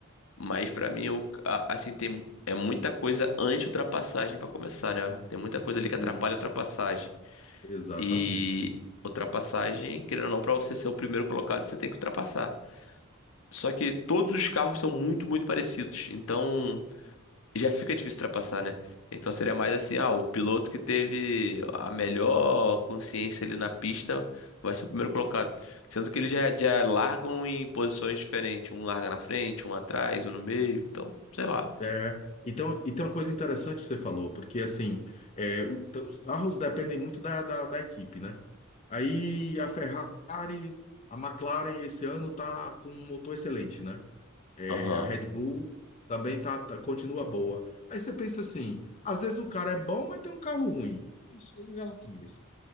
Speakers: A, on the left; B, on the left.
A: mas pra mim eu, a- assim tem é muita coisa anti-ultrapassagem pra começar, né? Tem muita coisa ali que atrapalha
B: Isso,
A: a ultrapassagem.
B: exatamente.
A: E ultrapassagem, querendo ou não, pra você ser o primeiro colocado, você tem que ultrapassar. Só que todos os carros são muito, muito parecidos. Então, já fica difícil ultrapassar, né? Então seria mais assim, ah, o piloto que teve a melhor consciência ali na pista vai ser o primeiro colocado. Sendo que eles já, já largam em posições diferentes. Um larga na frente, um atrás, um no meio. Então, sei lá.
B: É. É. Então, e tem uma coisa interessante que você falou, porque assim, é, o- t- os carros dependem muito da, da da equipe, né? Aí a Ferrari, a McLaren esse ano tá com um motor excelente, né? É,
A: Aham,
B: a Red Bull também tá, tá- continua boa. Aí você pensa assim, às vezes o cara é bom, mas tem um carro ruim. Isso é legal demais.